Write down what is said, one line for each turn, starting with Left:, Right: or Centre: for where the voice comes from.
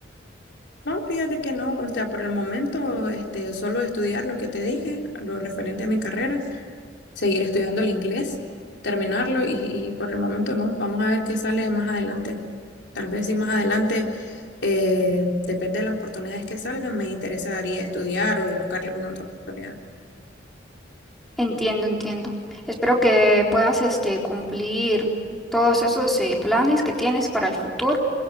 Left: No, fíjate que no, o sea, por el momento, este, solo estudiar lo que te dije, lo referente a mi carrera. seguir estudiando el inglés, terminarlo y, y por el momento no. Vamos a ver qué sale más adelante. Tal vez si más adelante, eh, depende de las oportunidades que salgan, me interesaría estudiar o buscar alguna otra oportunidad.
Centre: Entiendo, entiendo. Espero que puedas este, cumplir todos esos eh, planes que tienes para el futuro.